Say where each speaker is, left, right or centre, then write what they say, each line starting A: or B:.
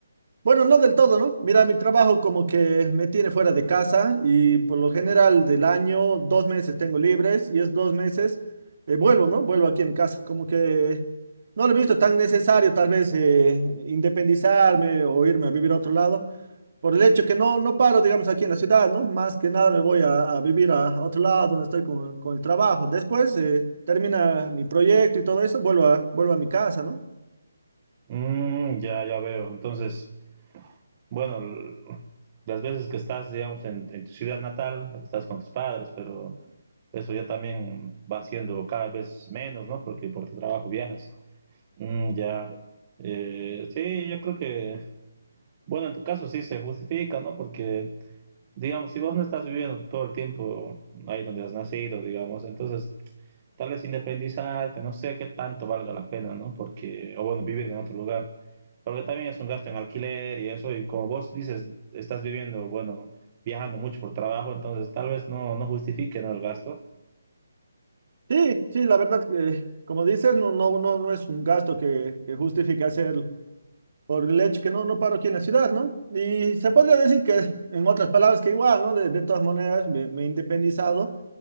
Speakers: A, on the right; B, on the right.
A: Bueno, no del todo, ¿no? Mira, mi trabajo como que me tiene fuera de casa y por lo general del año dos meses tengo libres y es dos meses eh, vuelvo, ¿no? Vuelvo aquí en casa. Como que no lo he visto tan necesario tal vez eh, independizarme o irme a vivir a otro lado por el hecho que no, no paro, digamos, aquí en la ciudad, ¿no? Más que nada me voy a, a vivir a, a otro lado donde estoy con, con el trabajo. Después eh, termina mi proyecto y todo eso, vuelvo a, vuelvo a mi casa, ¿no?
B: Mm, ya, ya veo. Entonces, bueno, l- las veces que estás, digamos, en, en tu ciudad natal, estás con tus padres, pero eso ya también va siendo cada vez menos, ¿no? Porque por tu trabajo viajas. Mm, ya. Eh, sí, yo creo que Bueno, en tu caso sí se justifica, ¿no? Porque, digamos, si vos no estás viviendo todo el tiempo ahí donde has nacido, digamos, entonces tal vez independizarte, no sé qué tanto valga la pena, ¿no? Porque, o bueno, vivir en otro lugar, porque también es un gasto en alquiler y eso, y como vos dices, estás viviendo, bueno, viajando mucho por trabajo, entonces tal vez no, no justifique, ¿no? El gasto.
A: Sí, sí, la verdad que, como dices, no, no, no, no es un gasto que, que justifique hacerlo por el hecho que no, no paro aquí en la ciudad, ¿no? Y se podría decir que, en otras palabras, que igual, ¿no? De, de todas maneras, me, me he independizado